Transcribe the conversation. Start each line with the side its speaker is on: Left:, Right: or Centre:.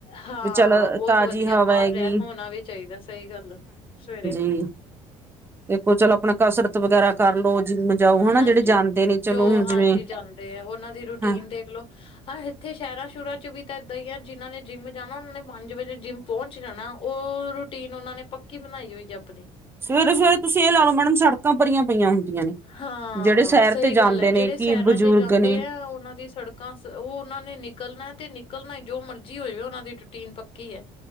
Left: ਹਾਂ।
Right: ਵੀ ਚੱਲ
Left: ਬਹੁਤ
Right: ਤਾਜ਼ੀ
Left: ਵਧੀਆ,
Right: ਹਵਾ
Left: ਬਾਹਰ
Right: ਹੈਗੀ
Left: ਰਹਿ ਹੋਣਾ ਵੀ ਚਾਹੀਦਾ ਸਹੀ ਗੱਲ, ਸਵੇਰੇ।
Right: ਹੂ, ਦੇਖੋ ਚਲੋ ਆਪਣਾ ਕਸਰਤ ਵਗੈਰਾ ਕਰਲੋ, ਜਿੰਮ ਜਾਓ, ਹਨਾ।
Left: ਹਾਂਜੀ
Right: ਜਿਹੜੇ ਜਾਂਦੇ ਨੇ, ਚੱਲੋ
Left: ਜੋ
Right: ਹੁਣ
Left: ਹਾਂਜੀ
Right: ਜਿਵੇਂ
Left: ਜਾਂਦੇ ਹੈ ਉਹਨਾਂ ਦੀ ਰੂਟੀਨ
Right: ਹਾਂ।
Left: ਦੇਖਲੋ ਹਾਂ, ਇੱਥੇ ਸ਼ਹਿਰਾਂ ਸ਼ਰਾਂ ਚ' ਵੀ ਤਾਂ ਇਏਦਾਂ ਹੀ ਆ ਜਿਹਨਾਂ ਨੇ ਜਿੰਮ ਜਾਣਾ ਉਹਨਾਂ ਨੇ ਪੰਜ ਵੱਜੇ ਜਿੰਮ ਪਹੁੰਚ ਜਾਣਾ। ਉਹ ਰੂਟੀਨ ਉਹਨਾਂ ਨੇ ਪੱਕੀ ਬਣਾਈ ਹੋਈ ਹੈ ਆਪਣੀ।
Right: ਸਵੇਰੇ -ਸਵੇਰੇ ਤੁਸੀਂ ਇਹ ਲਾ ਲਓ ਮੈਡਮ ਸੜਕਾਂ ਭਰੀਆਂ ਪਈਆਂ ਹੁੰਦੀਆਂ ਨੇ।
Left: ਹਾਂ,
Right: ਜਿਹੜੇ ਸੈਰ
Left: ਸਹੀ
Right: ਤੇ ਜਾਂਦੇ
Left: ਗੱਲ ਹੈ,
Right: ਨੇ
Left: ਜਿਹੜੇ
Right: ਕਿ
Left: ਸੈਰਾਂ
Right: ਬਜ਼ੁਰਗ
Left: ਤੇ ਜਾਂਦੇ
Right: ਨੇ
Left: ਆ, ਉਹਨਾਂ ਦੀ ਸੜਕ ਉਹ, ਉਹਨਾਂ ਨੇ ਨਿਕਲਣਾ ਤੇ ਨਿਕਲਣਾ ਹੀ ਜੋ ਮਰਜ਼ੀ ਹੋ ਜਾਵੇ ਉਹਨਾਂ ਦੀ ਰੂਟੀਨ ਪੱਕੀ ਹੈ।